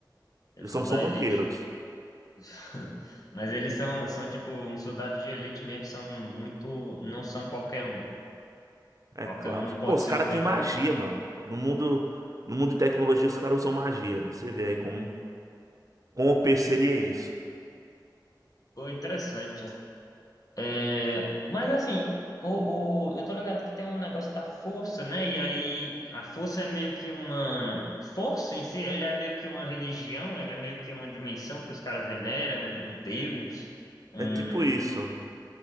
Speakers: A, on the left; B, on the right.
A: Eles
B: Eles
A: são
B: são, são
A: da
B: banqueiros.
A: elite. <laughs> Mas eles são, são tipo um soldado de elite mesmo, são muito, não são qualquer um.
B: É
A: Qualquer
B: claro.
A: um não pode
B: Pô, os
A: ser
B: caras
A: um Jedi.
B: têm magia, mano. No mundo, no mundo de tecnologia, os caras usam magia. Você vê aí como, como o P seria isso.
A: Pô, interessante, pô. É, mas assim, o, o, eu tô ligado que tem um negócio da força, né? E aí a força é meio que uma. Força em si, ele é meio que uma religião, ele é meio que uma dimensão que os caras veneram, um, um deus. um
B: É tipo isso.